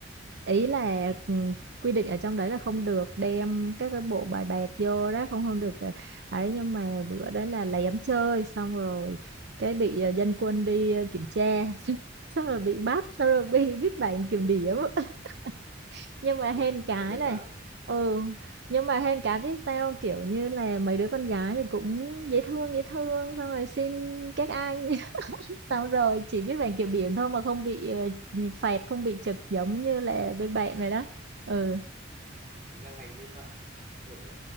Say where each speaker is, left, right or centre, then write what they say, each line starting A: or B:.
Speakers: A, on the right; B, on the right.
A: ý là ừ, quy định ở trong đấy là không được đem các cái bộ bài bạc vô đó không không được ờ, ấy nhưng mà bữa đấy là lén chơi xong rồi cái bị ờ, dân quân đi ờ, kiểm tra <laughs> xong, xong rồi bị bắt xong rồi bị viết bản kiểm điểm <laughs> nhưng mà hên
B: thế,
A: cái
B: thế bên
A: này
B: bà
A: ừ nhưng mà hên cái biết sao không? kiểu như là mấy đứa con gái thì cũng dễ thương dễ thương xong rồi xin các anh xong rồi chỉ biết bảng kiểm điểm thôi mà không bị ờ, phạt không bị trực giống như là bên bạn rồi đó ừ
B: Vâng. Tính ra ngành bên bạn được các